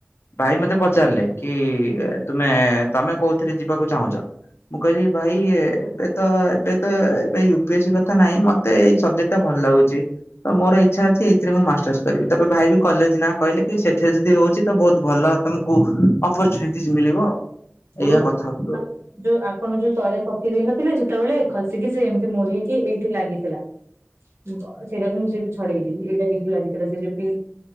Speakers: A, on the left; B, on the right.
A: ଭାଇ ମତେ ପଚାରିଲେ କି ତୁମେ ତମେ କୋଉଥିରେ ଯିବାକୁ ଚାହୁଁଛ ମୁ କ ଭାଇ ଏବେ ତ ଏବେ ତ ଏବେ ୟୁପିଏ ସ କଥା ନାହିଁ ମେ ମତେଇବଜେକ୍ଟା ଭଲ ଲାଗୁଛି ତ ମୋର ଇଚ୍ଛା ଅଛି ଏଇଥିରେ ମୁଁ ମାଷ୍ଟର୍ସ କରିବି ତବେ ଭାଇ କଲେଜ ନାଁ କହିଲେ କି ସେଠରେ ଯଦି ହଉଛି ତ ବହୁତ ଭଲ ତମକୁ ଅପରଚୁନିଟି ମିଳିବ
B: ପଠିବ
A: ଏଇଆ କଥା ହଉଥିଲୁ ଆଉ।
B: ଯୋଉ ଆପଣ ଯୋଉ ତଳେ ପକେଇ ଦେଇେଇ ନଥିଲେ ସେତେବେଳେ ଖସିକି ସେ ଏମିତି ମୋଡକି ଏଇଠି ଲାଗିଥିଲା ସେଇଟାକୁ ମୁଁ ସେଇଠୁ ଛଡେଇଥିଲି ଏଇଟା ଏଇଠି ଲାଗିଥିଲା ସେ ଯୋଉି